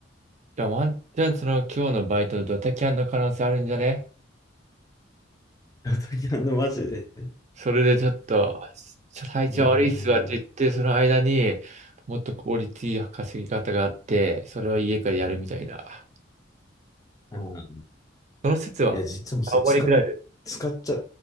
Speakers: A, on the right (about 40°); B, on the left (about 20°).
A: じゃあワンチャンその今日のバイトドタキャンの可能性あるんじゃね
B: <laughs> にあの、マジで。う
A: それでちょっと、ちょっと体調悪いっすわって言って、
B: ーん。
A: その間にもっと効率いい稼ぎ方があって、それは家からやるみたいな。
B: うん
A: その説は、
B: いや、実はもうそれ使っ、
A: パリクライ
B: 使っちゃ、